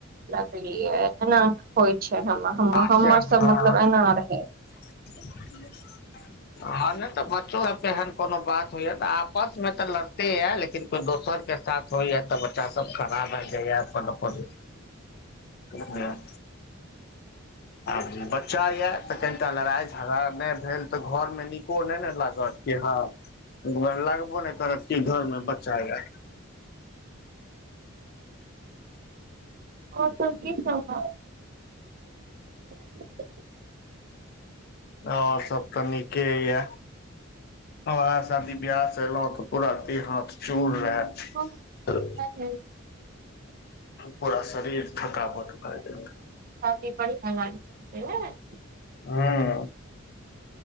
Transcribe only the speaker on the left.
हँ
से
हँ
<inaudible>
हँ नय तऽ बच्चो अब एहन कोनो बात होइय तऽ आपस मे तऽ लड़ते यऽ लेकिन दोसरके साथ होइए तऽ बच्चा सब खड़ा भए जाइया अपन अपन
बुझलियाय आ बच्चा य तऽ कनिटा लड़ाइ हजार नै भेल तऽ घर मे नीको नै ने लागत कि हँ त घर लागबो नै करत कि घरमे बच्चा य
अ सब तऽ नीके यए वह शादी ब्याह स एलहु तऽ पूरा देह हाथ चूर रहए
पूरा शरीर थकावट भए गेल
हूँ